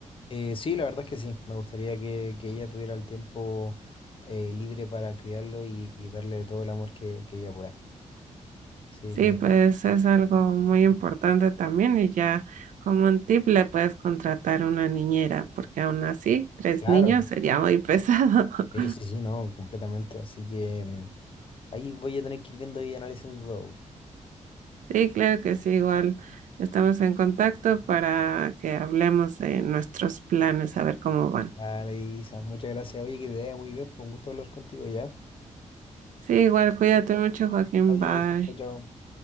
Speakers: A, on the left; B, on the right.
A: Eh, sí, la verdad es que sí, me gustaría que, que ella tuviera el tiempo eh, libre para criarlo y, y darle todo el amor que, que ella pueda. Sí,
B: Sí,
A: la
B: pues
A: verdad.
B: es algo muy importante también y ya como un tip le puedes contratar una niñera, porque aún así, tres
A: Claro,
B: niños sería muy pesado. <laughs>
A: Sí, sí, sí, no, completamente. Así que mm, ahí voy a tener que ir viendo y analizando todo.
B: Sí, claro que sí, igual estamos en contacto para que hablemos de nuestros planes, a ver cómo van.
A: Vale, Isa, muchas gracias. Oye, que te vaya muy bien. Fue un gusto hablar contigo ya.
B: Sí, igual cuídate mucho, Joaquín.
A: Adiós,
B: Bye.
A: chao, chao.